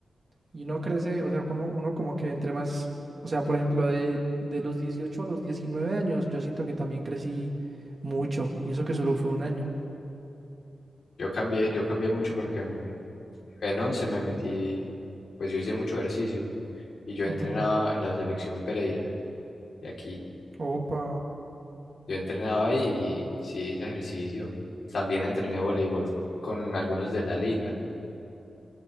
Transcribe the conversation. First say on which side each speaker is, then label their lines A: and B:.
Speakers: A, on the right; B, on the left.
A: Y uno crece, o sea, uno, uno como que entre más. O sea, por ejemplo, de, de los 18 a los 19 años, yo siento que también crecí mucho. Y eso que solo fue un año.
B: Yo cambié, yo cambié mucho porque en en 11 me metí, pues yo hice mucho ejercicio y yo entrenaba
A: Ujú.
B: en la selección Pereira de aquí.
A: Opa.
B: Yo entrenaba ahí y sí hice ejercicio. También entrené voleibol con algunos de la liga.